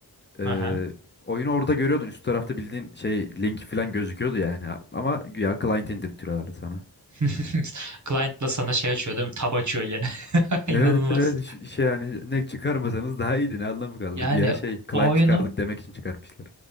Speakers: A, on the left; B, on the right.
A: Ee,
B: Aha.
A: oyunu orada görüyordun. Üst tarafta bildiğin şey linki falan gözüküyordu yani. Ama güya client indirtiyorlardı sana.
B: <laughs> Client'la sana şey açıyor değil mi? Tab açıyor gene.
A: Evet
B: <laughs> İnanılmaz.
A: evet ş- şey yani ne çıkarmasanız daha iyiydi ne anlamı kaldı.
B: Yani
A: Güya şey client
B: o oyunu
A: çıkardık demek için çıkarmışlar.